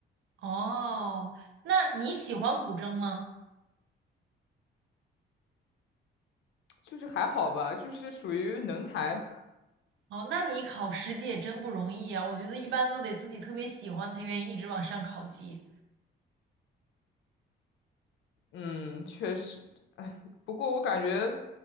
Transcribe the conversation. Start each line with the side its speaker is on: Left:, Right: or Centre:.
Right: 哦，那你喜欢古筝吗？
Left: 就是还好吧，就是属于能弹。
Right: 哦，那你考十级也真不容易啊！我觉得一般都得自己特别喜欢才愿意一直往上考级。
Left: 嗯，确实，哎，不过我感觉